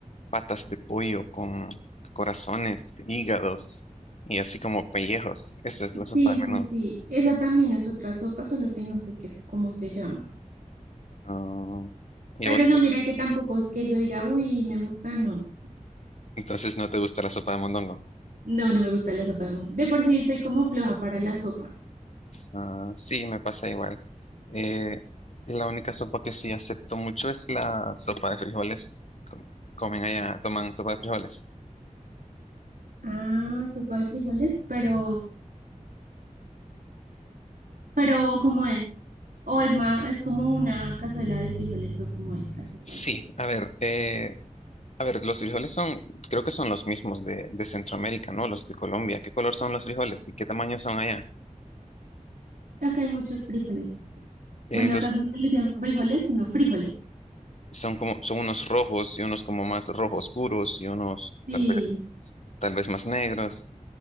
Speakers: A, on the left; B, on the right.
A: patas de pollo con corazones, hígados y así como pellejos. Eso es la sopa
B: Sí,
A: de
B: sí,
A: menudo.
B: sí. Esa también es otra sopa, solo que no sé qué es, cómo se llama.
A: Ah, y
B: Pero
A: a vos
B: no,
A: te-
B: mira que tampoco es que yo diga, uy, me gusta, no.
A: entonces no te gusta la sopa de mondongo.
B: No, no me gusta la sopa de mondongo. De por sí soy como floja para las sopas.
A: Ah, sí, me pasa igual. Eh, la única sopa que sí acepto mucho es la sopa de frijoles. Com- Comen allá, toman sopa de frijoles.
B: Ah, sopa de frijoles, pero, pero ¿cómo es? O es más, es como una cazuela de frijoles o como es la sopa
A: Sí,
B: de frijoles.
A: a ver, eh, A ver, los frijoles son, creo que son los mismos de, de Centroamérica, ¿no? Los de Colombia. ¿Qué color son los frijoles y qué tamaño son allá?
B: Acá hay muchos frijoles.
A: Eh,
B: Bueno,
A: los,
B: acá no se les dicen frijoles, sino frijoles.
A: son como, son unos rojos y unos como más rojo oscuros y unos
B: Sí,
A: tal vez, tal vez más negros.